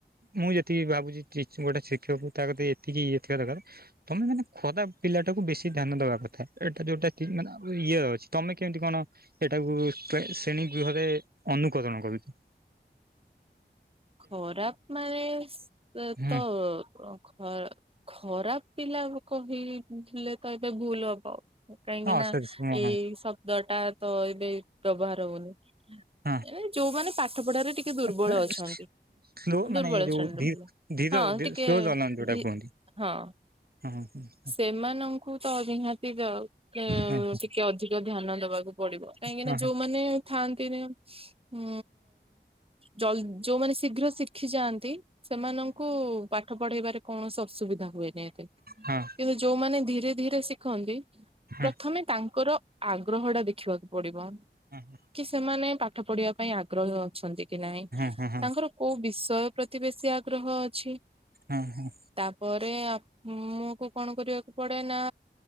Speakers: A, on the right (about 55°); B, on the right (about 30°).
A: ମୁଁ ଯେତିକି ଭାବୁଚି ଟିଚ୍- ଗୋଟେ ଶିକ୍ଷକକୁ ତା କତି ଏତିକି ଇଏଥିବା ଦରକାର୍। ତମେ ମାନେ ଖରାପ୍ ପିଲା ଟାକୁ ବେଶି ଧ୍ୟାନ ଦବା କଥା ଏଟା ଯଉଟା ମାନେ ଇଏ ଅଛି ତମେ କେମିତି କଣ ଏଟାକୁ ଶ୍ରେ -ଶ୍ରେଣୀ ଗୃହରେ ଅନୁକରଣ କରୁଚି।
B: ଖରାପ୍ ମାନେ ସ୍-
A: ହୁଁ
B: ତ ଖ-ଖରାପ୍ ପିଲା କହିଲେ ତ ଏବେ ଭୁଲ୍ ହବ। କାହିଁକି
A: ହଁ
B: ନା
A: ସେ ହଁ
B: ଏଇ ଶବ୍ଦ ଟା ତ ଏବେ ବ୍ୟବହାର ହଉନି।
A: ହଁ
B: ଏ ଯଉମାନେ ପାଠ ପଢାରେ ଟିକେ ଦୁର୍ବଳ
A: ହଁ
B: ଅଛନ୍ତି।
A: ସ୍ଲୋ
B: ଦୁର୍ବଳ
A: ମାନେ ଯଉ
B: ଶ୍ରେଣୀର
A: ଦି-
B: ପିଲା।
A: ଧୀ-ଦ-
B: ହଁ
A: ଯଉ
B: ଟିକେ
A: ସ୍ଲୋ ଜନ୍ ଯଉଟା
B: ଧି
A: କୁହନ୍ତି।
B: ହଁ
A: ହଁ- ହଁ।
B: ସେମାନଙ୍କୁ ତ ନିହାତି ଯାଉ। ହୁଁ
A: ହଁ
B: -ଟିକେ ଅଧିକ ଧ୍ୟାନ ଦବାକୁ ପଡିବ କାହିଁକି
A: ହଁ
B: ନା ଯଉମାନେ
A: ହଁ
B: ଥାନ୍ତି ନି ଉଁ - ଜଲ୍-ଯଉମାନେ ଶୀଘ୍ର ଶିଖିଯାଆନ୍ତି ସେମାନଙ୍କୁ ପାଠ ପଢେଇବାରେ କୌଣସି ଅସୁବିଧା ହୁଏନି ଏତେ।
A: ହଁ
B: କିନ୍ତୁ ଯଉମାନେ ଧୀରେ ଧୀରେ ଶିଖନ୍ତି
A: ହଁ ହଁ
B: ପ୍ରଥମେ ତାଙ୍କର ଆଗ୍ରହ ଟା ଦେଖିବାକୁ ପଡିବ।
A: ହଁ -ହଁ।
B: କି ସେମାନେ ପାଠ ପଢିବା ପାଇଁ ଆଗ୍ରହ ଅଛନ୍ତି କି ନାହିଁ
A: ହଁ ହଁ ହଁ
B: ତାଙ୍କର କଉ ବିଷୟ ପ୍ରତି ବେଶୀ ଆଗ୍ରହ ଅଛି
A: ହଁ ହଁ
B: ତା ପରେ ଆ ମ କୁ କଣ କରିବାକୁ ପଡେ ନା